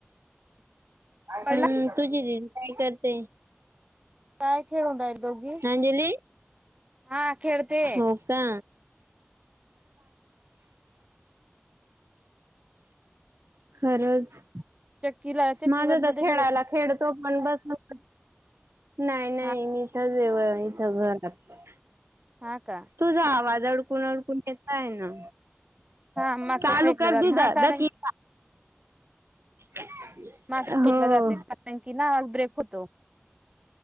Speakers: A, on the right (about 70°); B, on the right (about 30°).
A: हम्म
B: पडला
A: तुझी दिदी काय करते?
B: काय खेळून राईल दोघी
A: अंजली
B: हा खेळते
A: हो का खरंच
B: चक्कीला चक्कीवर
A: माझा तर
B: मध्ये
A: खेळायला
B: गेले
A: खेळतो पण बस नाही नाही
B: हा
A: मी इथच येव इथं घरात हाय.
B: हा का
A: तुझा आवाज अडकून अडकून येता हे ना
B: हा मागच्या
A: चालू
B: साईडला
A: कर
B: जाते
A: दिद
B: हा कारण
A: द किला <unintelligible>
B: म आम्ही
A: हो
B: तीन ला जातो कारण की ना ब्रेक होतो.